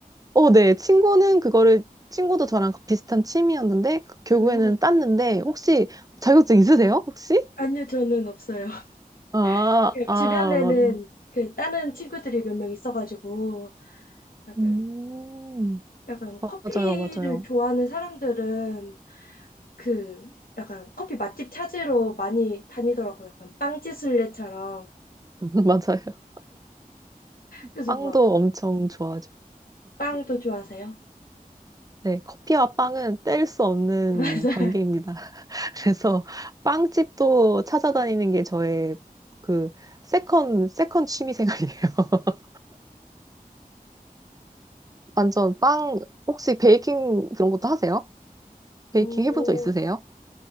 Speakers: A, on the right; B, on the left.
A: 어, 네 친구는 그거를 친구도 저랑 비슷한 취미였는데 그 결국에는
B: 음,
A: 땄는데 혹시 자격증 있으세요? 혹시?
B: 아니요, 저는 없어요. <laughs>
A: 아,
B: 그
A: 아,
B: 주변에는
A: 맞,
B: 그 다른 친구들이 몇 명 있어가지고 약간
A: 음,
B: 약간
A: 맞아요,
B: 커피를
A: 맞아요,
B: 좋아하는 사람들은 그 약간 커피 맛집 찾으러 많이 다니더라고요. 약간 빵지순례처럼.
A: <laughs> 맞아요.
B: 그래서
A: 빵도
B: 막
A: 엄청 좋아.
B: 빵도 좋아하세요?
A: 네, 커피와 빵은 뗄 수 없는
B: <laughs> 맞아요.
A: 관계입니다. <laughs> 그래서 빵집도 찾아다니는 게 저의 그 세컨, 세컨 취미 생활이에요. <laughs> 완전 빵, 혹시 베이킹 그런 것도 하세요? 베이킹
B: 어,
A: 해본 적 있으세요?